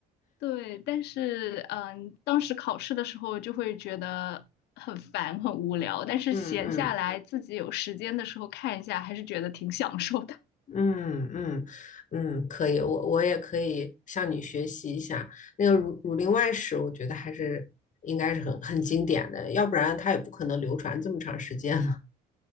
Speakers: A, on the left; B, on the left.
A: 对，但是嗯，当时考试的时候就会觉得很烦、很无聊，但是闲下来自己有时间的时候看一下，
B: 嗯嗯。
A: 还是觉得挺享受的。
B: 嗯嗯嗯，可以，我我也可以向你学习一下那个儒《儒林外史》，我觉得还是应该是很很经典的，要不然它也不可能流传这么长时间了。